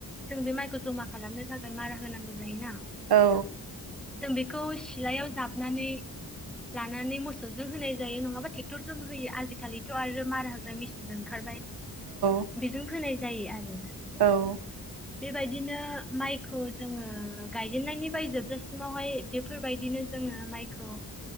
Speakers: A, in the centre; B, on the right.
A: जों बे माइखौ जमा खालामनो थाखाय मारा होनांगौ जायोना।
B: औ।
A: जों बेखौ। सिलायाव जाबनानै लानानै मोसौजों होनाय जायो नंङाबा ट्रेक्टरजोंबो होयो आजिखालिथ आरो मारा होग्रा मेसिनबो ओंखारबाय।
B: औ
A: बेजों फोनाय। जायो आरो।
B: औ।
A: बेबायदिनो माइखौ जोंङो गायजेननायनि बाय जोबजासिमावहाय बेफोरबायदि। बिदिनो जोंङो माइखौ